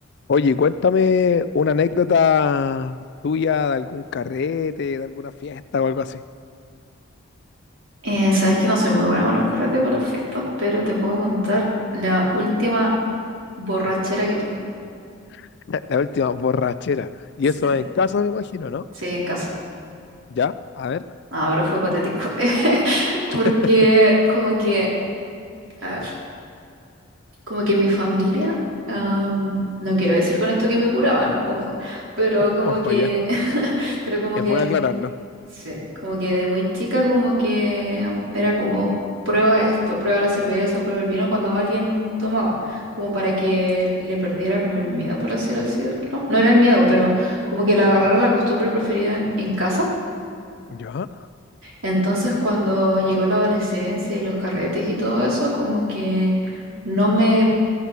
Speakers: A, on the left (about 55°); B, on the right (about 70°).
A: Oye, cuéntame una anécdota tuya de algún carrete, de alguna fiesta o algo así.
B: Eh, sabes que no soy muy buena para los carretes, para las fiestas, pero te puedo contar la última borrachera que tuve.
A: <laughs> La última borrachera. Y
B: Sí,
A: eso en casa, me imagino, ¿no?
B: sí, en casa.
A: Ya, a ver,
B: No, pero fue patético. <laughs> Porque
A: <laughs>
B: como que, a ver, como que mi familia, am, no quiero decir con esto que me curaban, ojo, pero como
A: ojo,
B: que,
A: ya.
B: <laughs> pero como
A: Es
B: que
A: bueno aclararlo.
B: Sí, como que de muy chica como que um, era como prueba esto, prueba la cerveza, prueba el vino cuando alguien tomaba, como para que le perdiera como el miedo, por así decirlo. No era el miedo, pero como que le agarrara la costumbre preferida en, en casa.
A: Ya,
B: Entonces cuando llegó la adolescencia y los carretes y todo eso, como que no me,